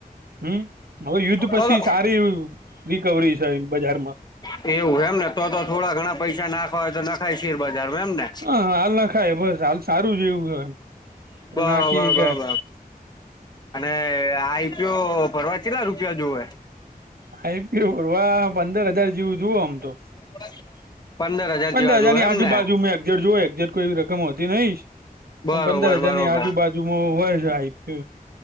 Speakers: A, on the right; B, on the left.
A: હમ. હવે યુદ્ધ
B: તો,
A: પછી
B: તો
A: સારી રિકવરી છે બજારમાં
B: એવું એમને તો, તો થોડા ઘણા. પૈસા નાખવા હોય તો નાખાય, શેર બજાર માં, એમને
A: હ હાલ નખાય બસ હાલ સારું જેવું
B: બરોબર,
A: નાખી
B: બરોબર.
A: ગયા
B: અને આ આઈપીયો ભરવા, કેટલા રૂપિયા જોવે?
A: આઈપીઓ ભરવા, પંદર હજાર જેવુ જોઈએ, આમ તો
B: <inaudible> હજાર
A: પંદર
B: જેવા
A: હજારની
B: જોવે એમને
A: આજુ બાાજુ મેં એક્ઝેટ જો એજેટ કોઈ રકમ હોતી નહીં.
B: બરોબર
A: પણ પંદર હજારની
B: બરોબર
A: આજુબાજુમાં હોય છે.